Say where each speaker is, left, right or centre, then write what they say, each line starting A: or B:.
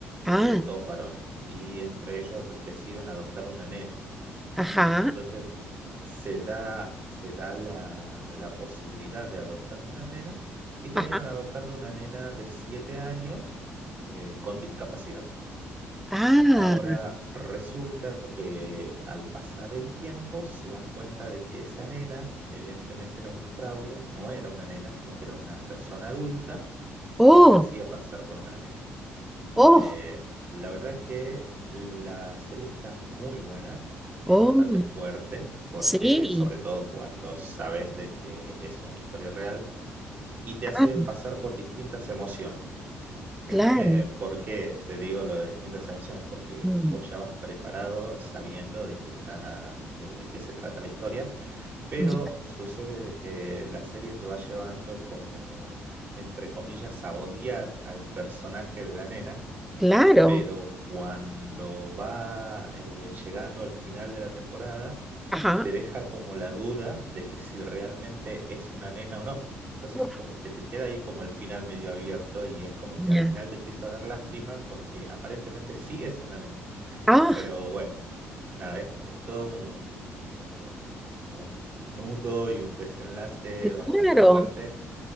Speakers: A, in the centre; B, on the right.
A: Ah,
B: eh, todos varones, y entre ellos deciden adoptar una nena.
A: ajá.
B: Entonces se da, se da la, la posibilidad de adoptar una nena y terminan
A: Ajá.
B: adoptando una nena de siete años, eh, con discapacidad.
A: Ah.
B: Ahora resulta que al pasar el tiempo se dan cuenta de que esa nena evidentemente era un fraude, no era una nena, sino que era una persona adulta
A: Oh,
B: que se hacía pasar por una nena.
A: oh,
B: Eh, la verdad que la serie está muy buena, es
A: oh.
B: bastante fuerte, porque
A: Sí.
B: sobre todo cuando sabes de que es una historia real y te hace
A: Ah,
B: pasar por distintas emociones.
A: claro.
B: Eh, ¿por qué te digo lo de distintas emociones? Porque
A: Mm,
B: vos ya vas preparado sabiendo de qué está, de, de qué se trata la historia, pero
A: ya,
B: sucede de que la serie te va llevando como, entre comillas, a odiar al personaje de la nena,
A: claro.
B: pero cuando va eh, llegando al final de la temporada
A: Ajá.
B: te deja como la duda de que si realmente es una nena o no. Entonces
A: Uf,
B: como que te queda ahí como el final medio abierto y es como que
A: ya.
B: al final te empieza a dar lástima porque aparentemente sí es una nena.
A: Ah,
B: Pero bueno, nada, es, es todo un, un- un- un nudo y un desenlace bastante
A: claro.
B: fuerte